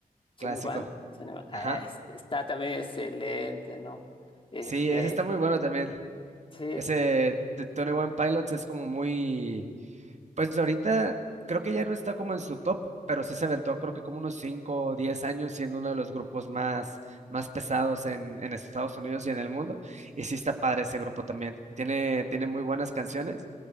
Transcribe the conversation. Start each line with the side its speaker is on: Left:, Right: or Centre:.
Right: clásico.
Left: 21, One twenty one, ah,
Right: Ajá.
Left: es- está también excelente, ¿no? Eh,
Right: Sí,
Left: de,
Right: ese está muy bueno también.
Left: sí,
Right: Ese de Tony One Pilots es como muy, pues ahorita creo que ya no está como en su top, pero sí se aventó creo que como unos 5 o 10 años siendo uno de los grupos más, más pesados en, en Estados Unidos y en el mundo. Y sí está padre ese grupo también. Tiene, tiene muy buenas canciones.